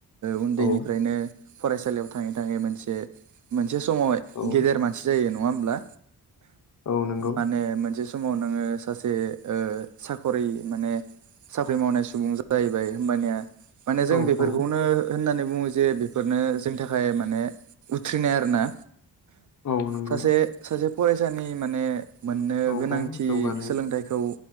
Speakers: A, on the right; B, on the left.
A: उन्दैनिफ्रायनो
B: औ
A: फरायसालियाव थाङै थाङै मोनसे मोनसे समावहाय
B: औ
A: गेदेर मानसि जायो नङा होमब्ला
B: औ नंगौ
A: माने मोनसे समाव नोङो सासे साखरि माने साख्रि मावनाय सुबुं जाहैबाय हबानिया माने जों
B: औ
A: बेफोरखौनो
B: औ
A: होननानै बुङो जे बेफोरनो जोंनि थाखाय माने उथ्रिनाय आरो ना
B: औ नंगौ
A: सासे सासे फरायसानि माने मोननो
B: औ
A: गोनांथि
B: औ जौगानाय
A: सोलोंथाइखौ